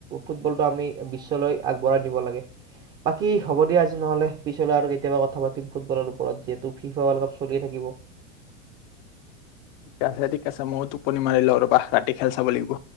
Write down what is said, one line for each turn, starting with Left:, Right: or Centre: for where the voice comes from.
Right: ফুটবলটো আমি বিশ্বলৈ আগবঢ়াই নিব লাগে বাকী হ'ব দিয়া আজি নহলে পিছলৈ আৰু কেতিয়াবা কথা পাতিম ফুটবলৰ ওপৰত যিহেতু ফিফা ৱৰ্ল্ড কাপ চলিয়ে থাকিব
Left: ঠিক আছে ঠিক আছে ময়ো টোপনি মাৰিলো ৰবা ৰাতি খেল চাব লাগিব